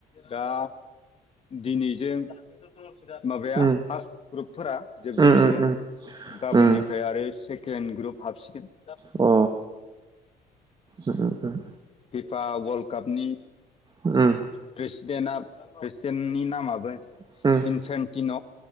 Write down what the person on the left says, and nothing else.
दा दिनैजों माबाया
फार्स ग्रुपफोरा जोबजोबसिगोन
गाबोननिफ्राय
आरो सेकेण्ड ग्रुप हाबसिगोन <inaudible>
फिफा वर्ल्ड कापनि
प्रेसिडेन्टआ प्रेसिडेन्टनि नामाबो
इनसेन्टिन'